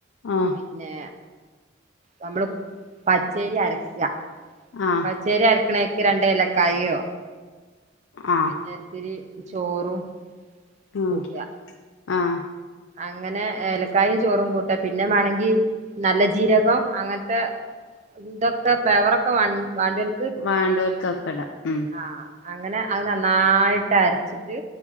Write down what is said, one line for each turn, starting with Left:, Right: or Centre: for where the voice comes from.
Left: ആഹ്
Right: പിന്നെ നമ്മള് പച്ചയ്രി അരക്കാ.
Left: ആഹ്
Right: ച്ചേരി അരക്ണേക്ക് രണ്ട് എലക്കായോ
Left: ആഹ്
Right: പിന്നെ ഇത്തിരി ചോറും
Left: ആഹ്
Right: കൂട്ടുക
Left: ആഹ്
Right: അങ്ങനെ ഏലക്കായും ചോറും കൂട്ടാ. പിന്നെ മാണെങ്കി നല്ല ജീരകം അങ്ങൻത്തെ ഇതൊക്കെ ഫ്ലേവറൊക്കെ വാ വാണ്ടിയോൽ
Left: വാണ്ടോൽക്കൊകെടാ. ഉം
Right: ആഹ് അങ്ങനെ അത് നന്നായിട്ടരച്ചിട്ട്